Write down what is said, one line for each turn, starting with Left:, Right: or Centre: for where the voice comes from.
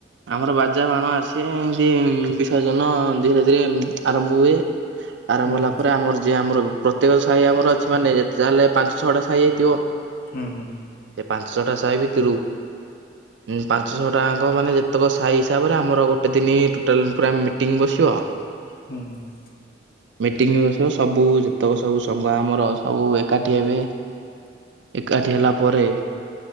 Right: ଆମର ବାଜା ବାଣ ଆସେ ଏମିତି ବିସର୍ଜନ ଧୀରେ ଧୀରେ ଆରମ୍ଭ ହୁଏ। ଆରମ୍ଭ
Left: ହୁଁ ହୁଁ।
Right: ହେଲା ପରେ ଆମର ଯିଏ ଆମର ପ୍ରତ୍ୟେକ ସାହି ଆମର ଅଛି ମାନେ ଯେତେ ତାହେଲେ ପାଞ୍ଚ ଛଅଟା ସାହି ହେଇଥିବ,
Left: ହୁଁ ହୁଁ।
Right: ସେ ପାଞ୍ଚଟା ସାହି ଭିତରୁ ପାଞ୍ଚଶହ ଟଙ୍କାଙ୍କ ମାନେ ଯେତକ ସାହି ହିସାବରେ ଆମର ଗୋଟେ ଦିନି ଟୋଟାଲ୍ ପୁରା ମି ଟିଂ ବସିବ
Left: ହୁଁ।
Right: ମିଟିଂ ବସିବ ସବୁ ଯେତେକ ସବୁ ସଂଘ ଆମର। ସବୁ ଏକାଠି ହେବେ ଏକାଠି ହେଲା ପରେ